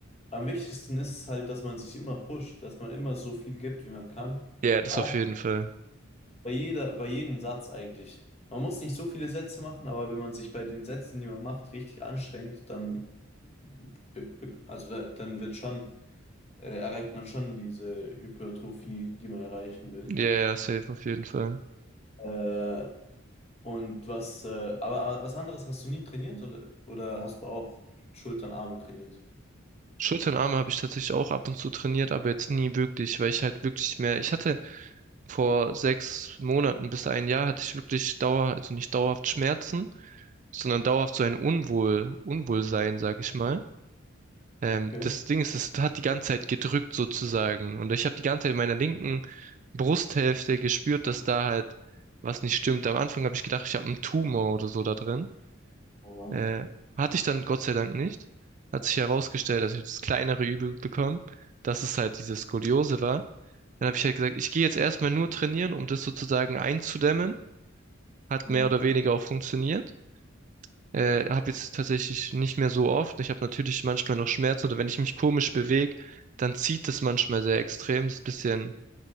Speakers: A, on the left; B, on the right.
A: am wichtigsten ist es halt, dass man sich immer pusht, dass man immer so viel gibt, wie man kann.
B: Ja, das
A: Auch
B: auf jeden Fall.
A: bei jeder, bei jedem Satz eigentlich. Man muss nicht so viele Sätze machen, aber wenn man sich bei den Sätzen, die man macht, richtig anstrengt, dann, be- be- also da- dann wird schon äh, erreicht man schon diese Hypertrophie, die man erreichen will.
B: Ja, ja, safe auf jeden Fall.
A: Äh, und was, äh, aber äh, was anderes hast du nie trainiert oder, oder hast du auch Schultern, Arme trainiert?
B: Schultern, Arme habe ich tatsächlich auch ab und zu trainiert, aber jetzt nie wirklich, weil ich halt wirklich mehr. Ich hatte vor sechs Monaten bis ein Jahr hatte ich wirklich dauer, also nicht dauerhaft Schmerzen, sondern dauerhaft so ein Unwohl, Unwohlsein, sag ich mal. Ähm,
A: Okay.
B: das Ding ist, es hat die ganze Zeit gedrückt sozusagen. Und ich habe die ganze Zeit in meiner linken Brusthälfte gespürt, dass da halt was nicht stimmt. Am Anfang habe ich gedacht, ich habe einen Tumor oder so da drin.
A: Aber,
B: Äh, hatte ich dann Gott sei Dank nicht. Hat sich herausgestellt, dass ich habe das kleinere Übel bekommen, dass es halt diese Skoliose war. Dann habe ich halt gesagt, ich gehe jetzt erstmal nur trainieren, um das sozusagen einzudämmen. Hat
A: ja.
B: mehr oder weniger auch funktioniert. Äh, habe jetzt tatsächlich nicht mehr so oft. Ich habe natürlich manchmal noch Schmerzen oder wenn ich mich komisch bewege, dann zieht es manchmal sehr extrem. Das ist ein bisschen,